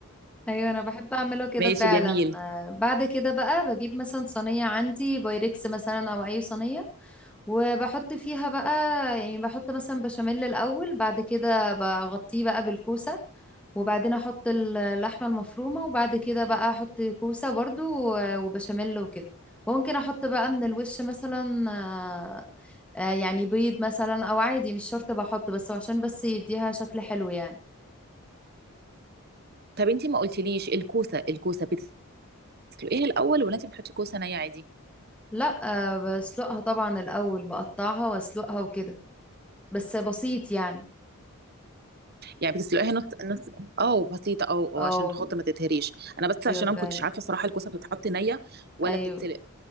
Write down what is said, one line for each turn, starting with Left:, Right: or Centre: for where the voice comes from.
Centre: ايوه انا بحب اعمله كده
Right: ماشي
Centre: فعلا
Right: جميل
Centre: آه، بعد كده بقى بجيب مثلا صينية عندي بايركس مثلا او اي صينية وبحط فيها بقى يعني بحط مثلا بشاميل الأول بعد كده بغطيه بقى بالكوسة وبعدين أحط اللحمة المفرومة وبعد كده بقى أحط كوسة برضو و- وبشاميل وكده وممكن أحط بقى من الوش مثلا آه، آه، يعني بيض مثلا أو عادي مش شرط بحط بس عشان بس يديها شكل حلو يعني
Right: طب انتي ما قلتليش الكوسه الكوسه بتسلقيها الاول ولا انتي بتحطي كوسه نيه عادي
Centre: لا آه، بسلقها طبعا الأول بقطعها وأسلقها وكده بس بسيط يعني
Right: يعني بتسلقيها نص نص او بسيطه او او
Centre: أو
Right: عشان خاطر ما تتهريش انا بس
Centre: أيوة
Right: عشان
Centre: فعلا
Right: انا ما كنتش عارفه صراحه الكوسه بتتحط نيه ولا
Centre: ايوه
Right: بتتسلق